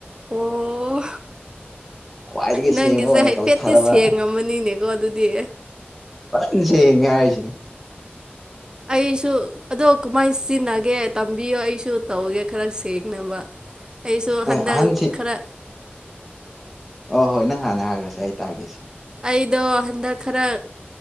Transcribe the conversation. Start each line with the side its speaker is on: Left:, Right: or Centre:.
Right: ꯑꯣ
Centre: ꯈ꯭ꯋꯥꯏꯗꯒꯤ
Right: ꯅꯪꯒꯤꯁꯦ
Centre: ꯁꯦꯡꯕ ꯑꯣꯏꯅ
Right: ꯍꯥꯏꯐꯦꯠꯇꯤ
Centre: ꯇꯧꯊꯔꯕ
Right: ꯁꯦꯡꯉꯝꯃꯅꯤꯅꯦꯀꯣ ꯑꯗꯨꯗꯤ
Centre: ꯐꯟꯁꯉꯦ ꯍꯥꯏꯔꯤꯁꯤꯅꯦ
Right: ꯑꯩꯁꯨ ꯑꯗꯣ ꯀꯃꯥꯏꯅ ꯁꯤꯖꯤꯟꯅꯒꯦ ꯇꯝꯕꯤꯌꯣ ꯑꯩꯁꯨ ꯇꯧꯒꯦ ꯈꯔ ꯁꯦꯡꯅꯕ ꯑꯩꯁꯨ ꯍꯟꯗꯛ
Centre: ꯑꯦ ꯑꯍꯟꯁꯤ
Right: ꯈꯔ
Centre: ꯑ ꯍꯣꯏ ꯅꯪ ꯍꯥꯟꯅ ꯍꯥꯏꯔꯨꯔꯁꯦ ꯑꯩ ꯇꯥꯔꯒꯦꯁꯦ
Right: ꯑꯩꯗꯣ ꯍꯟꯗꯛ ꯈꯔ